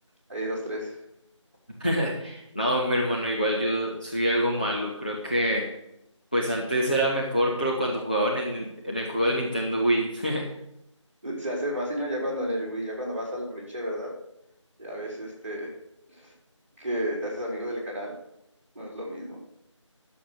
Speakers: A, on the right; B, on the left.
A: hay dos, tres?
B: <laughs> No, mi hermano, igual yo soy algo malo, creo que... Pues antes era mejor, pero cuando jugaba en el, en el juego de Nintendo Wii. <laughs>
A: Se se hace fácil, ¿no? Ya cuando en el Wii, ya cuando vas al boliche, ¿verdad? Ya ves, este, que te haces amigo del canal, no es lo mismo.